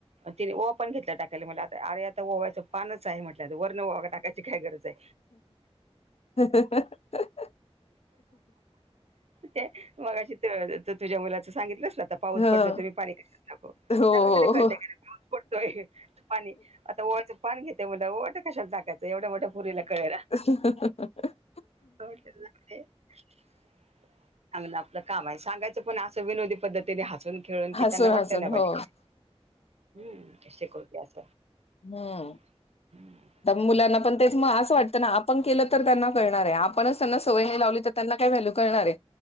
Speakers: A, on the right; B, on the left.
A: तिने ओवा पण घेतला टाकायला म्हट आरे आता ओवयच पानच आहे म्हटलं वरण ओवा टाकायच. काय गरज आहे.
B: ह <unintelligible>
A: ते मग अशी तुझ्या मुलाचं सांगितलंच ना तर पाऊस
B: ह
A: पडतो तर पाणी कशाला तापव
B: हो
A: त्याला टतरी
B: हो
A: कळतय
B: हो.
A: का पाऊस पडतोय पाणी आता ओव्याच पान घेतय म्हटल्यावर ओवा त कशा टाकायचं एवढ्या मोठ्या पोरीला कळेना.
B: <unintelligible>
A: <unintelligible> सांगणं आपलं काम हाय सांगायचं पण असं विनोदी पद्धतीने हसून खेळून की
B: हसून
A: त्यांना वाटत
B: हसून
A: नाजे
B: हो
A: ह् करते अस.
B: हम्
A: <inaudible>
B: मुलांना पण ते असं वाटतं ना आपण केलं तर त्यांना कळणार आहे आपणच त्यांना सवय नाही लावली तर त्यांना काय व्हॅल्यू करणार आहे